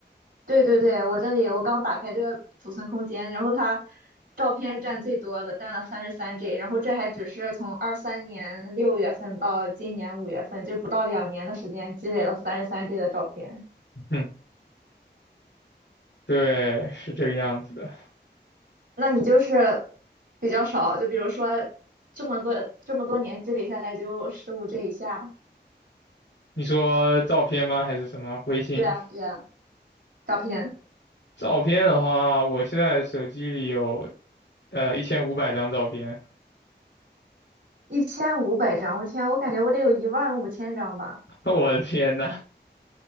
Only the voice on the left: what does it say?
<laughs> 嗯，对，是这个样子的。
你说照片吗？还是什么？微信
照片的话，我现在手机里有呃一千五百张照片。
<laughs> 我的天呐！